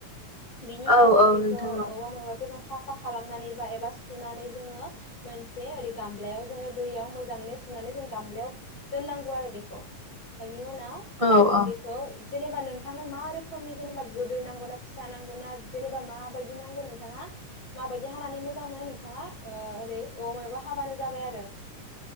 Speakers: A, on the left (about 35°); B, on the right (about 45°).
A: बिनि उनाव
B: औ
A: जों
B: औ
A: बेखौ
B: नोंथां औ
A: औवा मेवाइखौ जों साफ साफा खालामनानै बा एबा सुनानै जोङो मोनसे ओरै गामब्लायाव जोङो दैयाव मोजाङैनो सुनानै जोङो गामब्लायाव दोंनांगौ आरो बेखौ। बेनि उना व
B: औ
A: जोङो
B: औ
A: बेखौ जेनेबा नोंथांनो मा रोखोमनि जेनेबा गोदोर नांगौ ना फिसा नांगौ ना जेनेबा माबायदि नांगौ नोंथाङा माबायदि हानानै मोजां मोनो नोंथाङा? ओ ओरै अ मायावबा हाबानो जाबाय आरो।